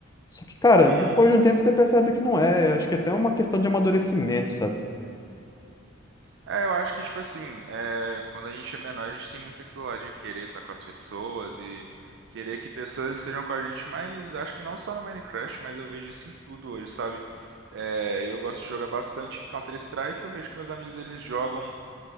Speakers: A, on the left; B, on the right.
A: Só que, cara,
B: uhum.
A: depois de um tempo você percebe que não é. Eu acho que até é uma questão de amadurecimento, sabe?
B: É, eu acho que, tipo assim, é, quando a gente é menor, a gente tem muito aquilo lá de querer estar com as pessoas e querer que pessoas estejam com a gente, mas acho que não só no Minecraft, mas eu vejo isso em tudo hoje, sabe? É, eu gosto de jogar bastante Counter-Strike, eu vejo que meus amigos eles jogam.